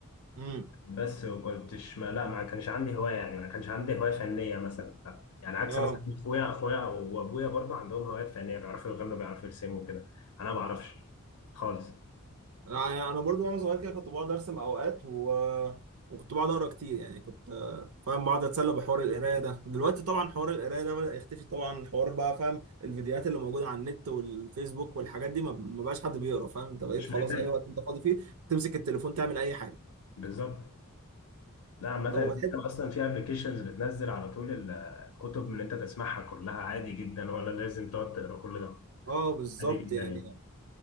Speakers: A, on the right; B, on the left.
A: امم
B: بس وكنتش ما لا ما كانش عندي هوايه يعني ما كانش عندي هوايه فنيه مثلا لا يعني عكس
A: اه
B: مثلا اخويا اخويا وابويا برضه عندهم هوايات فنيه بيعرفوا يغنوا بيعرفوا يرسموا وكده انا ما بعرفش خالص
A: يعني انا برضو وانا صغير كده كنت بقعد ارسم اوقات و... وكنت بقعد اقرا كتير يعني كنت آه، فاهم بقعد اتسلى بحوار القرايه ده دلوقتي طبعا حوار القرايه ده بدأ يختفي طبعا حوار بقى فاهم الفيديوهات اللي موجوده على النت والفيسبوك والحاجات دي ما ما بقاش حد بيقرا فاهم انت بقيت
B: مش
A: خلاص
B: محتاج
A: اي وقت انت فاضي فيه تمسك التليفون تعمل اي حاجه
B: بالظبط لا عامة
A: طب ما
B: انت
A: بتحب
B: ممكن اصلا في ابلكيشنز بتنزل على طول ال- الكتب اللي انت تسمعها كلها عادي جدا ولا لازم تقعد تقرا كل ده
A: اه بالظبط
B: عادي جدا
A: يعني
B: يعني